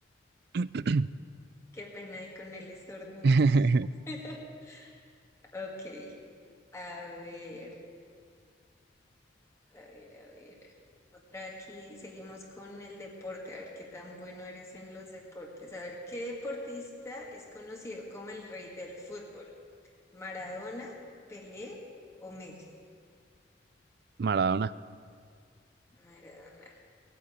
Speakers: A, on the right (about 55°); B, on the left (about 15°).
A: <laughs>
B: Qué pena ahí con el estornudo.
A: <clears throat>
B: <laughs> Ok, a ver. A ver, a ver. Otra aquí, seguimos con el deporte, a ver qué tan bueno eres en los deportes. A ver, ¿qué deportista es conocido como el rey del fútbol? ¿Maradona, Pelé o Messi?
A: Maradona.
B: Maradona.